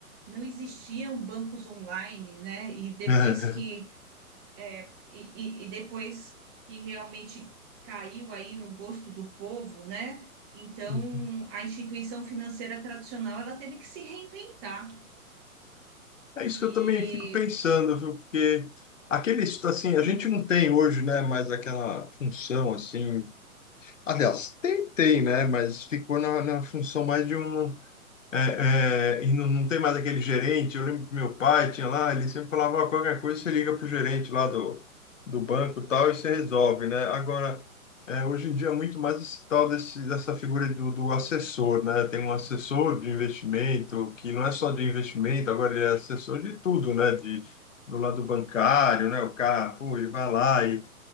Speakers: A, on the right; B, on the left.
A: Não existiam bancos online, né? E depois
B: <laughs>
A: que é, e, e- e depois que realmente caiu aí no gosto do povo, né? Então,
B: uhum.
A: a instituição financeira tradicional, ela teve que se reinventar.
B: É, é isso
A: E...
B: que eu também fico pensando, viu? Porque aquele, assim, a
A: Uhum,
B: gente não tem hoje, né, mais aquela função, assim... Aliás, tem, tem, né? Mas ficou na, na função mais de um É, é, e não, não tem mais aquele gerente. Eu lembro que meu pai tinha lá, ele sempre falava, "Ó, qualquer coisa você liga pro gerente lá do, do banco e tal e você resolve, né? Agora, é, hoje em dia é muito mais esse tal desse, dessa figura do, do assessor, né? Tem um assessor de investimento, que não é só de investimento, agora ele é assessor de tudo, né? De, do lado bancário, né? O cara, pô, ele vai lá e